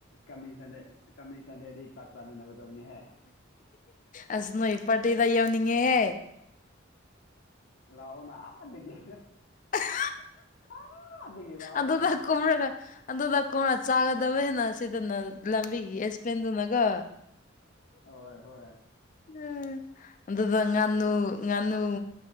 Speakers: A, on the left; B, on the left.
A: ꯀꯃꯤꯡ ꯁꯟꯗꯦ ꯀꯃꯤꯡ ꯁꯟꯗꯦꯗꯤ ꯆꯥꯛ ꯆꯥꯃꯤꯟꯅꯒꯗꯕꯅꯤꯍꯦ
B: ꯑꯁ ꯅꯣ ꯏꯄꯥꯇꯤꯗꯎꯅꯤꯉꯦ
A: ꯂꯥꯛꯑꯣꯅ ꯑꯃꯗꯒꯤ
B: ꯎ
A: ꯑꯥꯗꯒꯤ ꯂꯥꯛꯑꯣꯅ
B: ꯑꯗꯨꯗ ꯀꯣꯔꯒ ꯑꯗꯨꯗ ꯀꯣꯔ ꯆꯥꯒꯗꯕꯅ ꯁꯤꯗꯅ ꯂꯝꯕꯤꯒꯤ ꯌꯦꯁ ꯄꯦꯟꯗꯅꯒꯣ
A: ꯍꯣꯏ ꯍꯣꯏ
B: ꯎꯝ ꯑꯗꯨꯗ ꯉꯥꯅꯨ ꯉꯥꯅꯨ